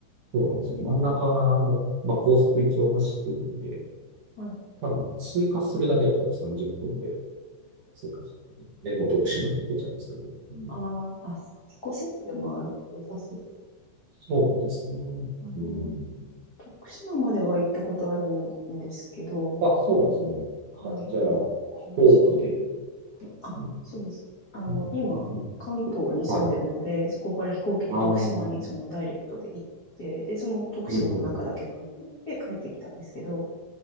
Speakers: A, on the right (about 60°); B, on the left (about 80°).
A: そうなんですよ。
B: ええ、
A: 真ん中も、まあ、高速一応走ってるんで、
B: はい。
A: 多分通過するだけだったら30分で通過して、で、もう徳島に行けちゃうんですけど。うん、
B: ああ、あ、そそこセットで回ると良さそうです。
A: そうですね。
B: なるほど。
A: うん。
B: 徳島までは行ったことあるんですけど、
A: あ、そうなんですね。
B: はい。
A: あ、じゃあ、
B: でも、淡路島
A: 飛行機で行ったんですかね。
B: あ、そうです。あの、
A: うん。
B: 今、
A: うん
B: 関東に住んでるので、
A: はい。
B: そこから飛行機で徳島にそのダイレクトで行って、
A: ああ、うん
B: で、その徳島の中だけ観光して帰ってきたんですけど、
A: うんうん。